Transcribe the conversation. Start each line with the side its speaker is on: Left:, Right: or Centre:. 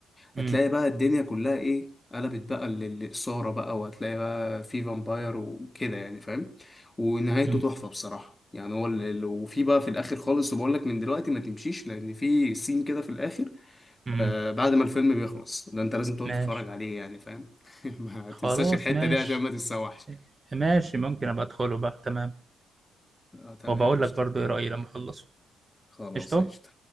Left: هتلاقي
Right: امم
Left: بقى الدنيا كلها ايه قلبت بقى لل- للاثاره بقى وهتلاقي بقى في فامباير وكده يعني فاهم ونهايته
Right: امم
Left: تحفه بصراحه يعني هو ال- ال- وفي بقى في الاخر خالص بقول لك من دلوقتي ما تمشيش لان في سين كده في الاخر
Right: امم
Left: آه بعد ما الفيلم بيخلص ده انت لازم تقعد
Right: ماشي
Left: تتفرج عليه يعني فاهم <laughs> ما
Right: خلاص
Left: تنساش الحته
Right: ماشي
Left: دي عشان ما تتسوحش
Right: ماشي ممكن ابقى ادخله بقى تمام
Left: اه تمام
Right: وبقول
Left: قشطة
Right: لك برضو ايه رايي لما اخلصه
Left: خلاص
Right: قشطه
Left: قشطة